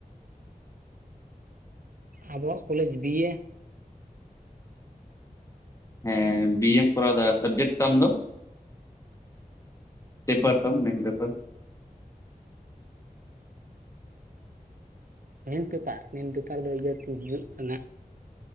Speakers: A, on the right; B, on the left.
A: ᱟᱵᱚᱣᱟᱜ ᱠᱚᱞᱮᱡᱽ ᱵᱤᱭᱮ᱾
B: ᱦᱮᱸ ᱵᱤᱭ ᱮᱢ ᱠᱚᱨᱟᱣ ᱮᱫᱟ ᱥᱟᱵᱽᱡᱮᱠᱴ ᱛᱟᱢ ᱫᱚ? ᱯᱮᱯᱟᱨ ᱛᱟᱢ ᱢᱮᱱ ᱯᱮᱯᱟᱨ᱾
A: ᱢᱮᱱ ᱯᱮᱯᱟᱨ ᱢᱮᱱ ᱯᱮᱯᱟᱨ ᱫᱚ ᱤᱭᱟᱹᱛᱤᱧ ᱦᱩᱭᱩᱜ ᱠᱟᱱᱟ